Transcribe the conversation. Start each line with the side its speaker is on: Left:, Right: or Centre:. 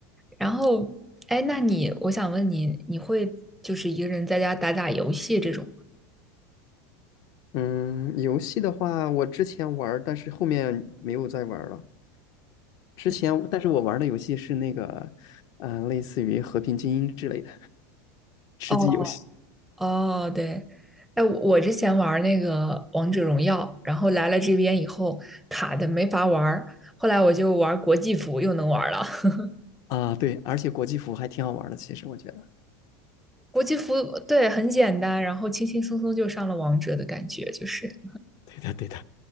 Centre: 然后，哎，那你，我想问你，你会就是一个人在家打打游戏这种
Left: 嗯，游戏的话，我之前玩儿，但是后面没有再玩儿了。之前，
Centre: 嗯，
Left: 但是我玩的游戏是那个，呃，类似于《和平精英》之类的吃鸡游戏
Centre: 哦哦，对，哎，我我之前玩那个王者荣耀，然后来了这边以后卡的没法玩儿，后来我就玩国际服又能玩儿了。<laughs>
Left: 啊，对，而且国际服还挺好玩的，其实我觉得。
Centre: 国际服对很简单，然后轻轻松松就上了王者的感觉，就是
Left: 对的，对的。